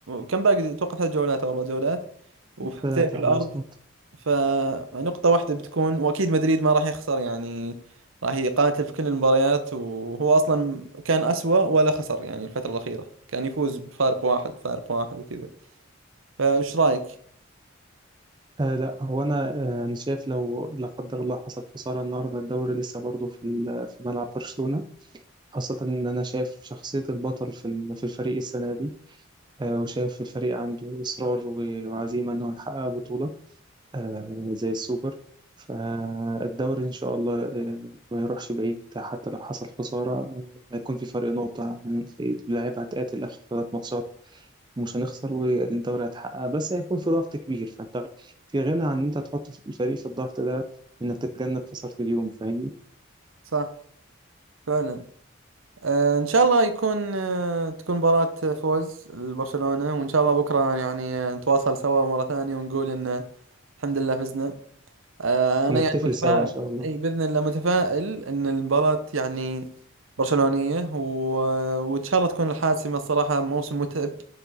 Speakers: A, on the right; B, on the right.
A: كم باقي؟ أتوقع ثلاث جولات أو أربع جولات وفرقتين
B: ثلاثة
A: في الأرض
B: مظبوط
A: فنقطة واحدة بتكون وأكيد مدريد ما راح يخسر يعني راح يقاتل في كل المباريات وهو أصلا كان أسوأ ولا خسر يعني الفترة الأخيرة كان يفوز بفارق واحد فارق واحد وكذا فإيش رأيك؟
B: آه لا هو انا آه انا شايف لو لا قدر الله حصل خساره النهارده الدوري لسه برضه في ال- في ملعب برشلونه خاصه ان انا شايف شخصيه البطل في ال- في الفريق السنه دي آه وشايف الفريق عنده اصرار و- وعزيمه انه يحقق بطوله آه زي السوبر فالدوري ان شاء الله آه ما يروحش بعيد حتى لو حصل خساره آه هيكون في فرق نقطه يعني اللاعب هتقاتل اخر ثلاث ماتشات مش هنخسر والدوري هيتحقق بس هيكون في ضغط كبير فانت غ- في غنى عن ان انت تحط الفريق في الضغط ده انك تتجنب خسارة اليوم فاهمني
A: صح فعلا آه إن شاء الله يكون آه تكون مباراة فوز لبرشلونة وإن شاء الله بكرة يعني آه، نتواصل سوا مرة ثانية ونقول إن الحمد لله فزنا آه،
B: ونحتفل
A: انا يعني متفائل
B: سوا ان شاء الله
A: اي باذن الله متفائل ان المباراه يعني برشلونيه و... وان شاء الله تكون الحاسمه الصراحه موسم متعب